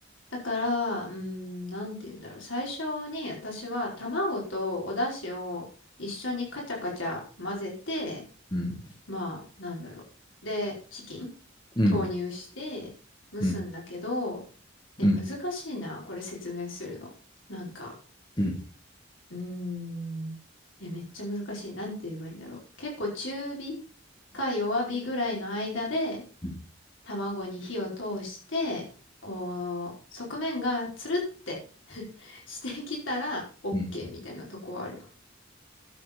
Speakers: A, on the left; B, on the left.
A: だから、うーん、なんて言うんだろう。最初に私は卵とお出汁を一緒にカチャカチャ混ぜて、
B: うん、
A: まあ、なんだろう。で、チキン
B: うん、
A: 投入して蒸すんだけど、
B: うん、うん、
A: え、
B: うん、
A: 難しいな、これ説明するの。なんか、
B: うん、
A: うーん。え、めっちゃ難しい。なんて言えばいいんだろう。結構中火か弱火ぐらいの間で
B: うん、
A: 卵に火を通して、こう、側面がつるって <laughs> してきたら OK
B: うん。
A: みたいなとこはあるかも。